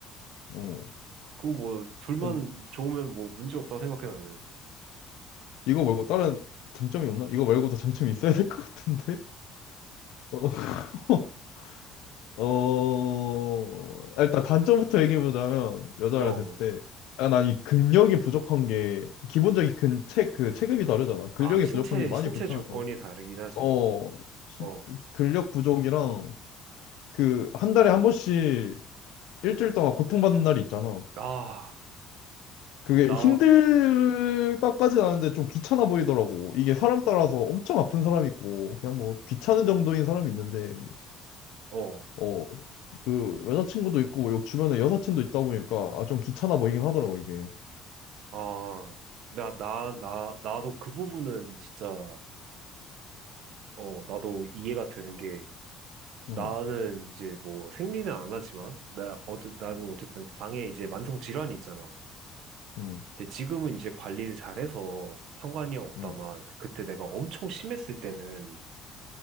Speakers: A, on the left (about 75°); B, on the right (about 60°).
A: 어.
B: 그거 뭐 둘만
A: 그럼
B: 좋으면 뭐 문제 없다 생각해 나는.
A: 이거 말고 다른 장점이 없나? 이거 말고도 장점이 있어야 될 것 같은데? <laughs> 어, 어, 일단 단점부터 얘기해보자면, 여자를
B: 어.
A: 됐을 때, 아, 난이 근력이 부족한 게, 기본적인 근, 체, 그 체급이 다르잖아. 근력이
B: 아, 신체
A: 부족한 게 많이
B: 신체
A: 불편할
B: 조건이
A: 것 같아.
B: 다르긴 하지.
A: 어, 진-
B: 어.
A: 근력 부족이랑 그 한 달에 한 번씩 일주일 동안 고통받는 날이 있잖아.
B: 아,
A: 그게
B: 나
A: 힘들다까지는 아닌데 좀 귀찮아 보이더라고. 이게 사람 따라서 엄청 아픈 사람 있고 그냥 뭐 귀찮은 정도인 사람이 있는데
B: 어.
A: 어, 그 여자친구도 있고 여- 주변에 여사친도 있다 보니까 아, 좀 귀찮아 보이긴 하더라고 이게.
B: 아, 나 나 나 나도 그 부분은 진짜 어, 나도 이해가 되는 게
A: 어.
B: 나는 이제 뭐 생리는 안 하지만 나 어쨌 나도
A: 음,
B: 어쨌든 장에 이제 만성 질환이 있잖아.
A: 음,
B: 근데 지금은 이제 관리를 잘해서 상관이 없다만
A: 음,
B: 그때 내가 엄청 심했을 때는